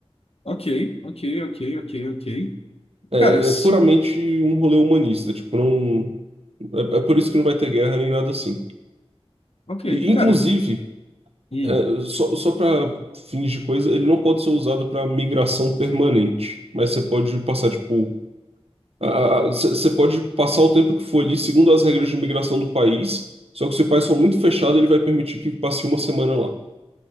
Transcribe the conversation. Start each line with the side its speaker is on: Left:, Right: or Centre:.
Left: Ok, ok, ok, ok, ok.
Right: É,
Left: Cara,
Right: é
Left: se.
Right: é puramente um rolê humanista, tipo, não, É, é por isso que não vai ter guerra nem nada assim.
Left: Ok,
Right: E, inclusive,
Left: cara. Hum,
Right: é, só, só para fins de coisa, ele não pode ser usado para migração permanente. Mas você pode passar, tipo. a- a- Você você pode passar o tempo que for ali, segundo as regras de migração do país. Só que se o país for muito fechado, ele vai permitir que passe uma semana lá.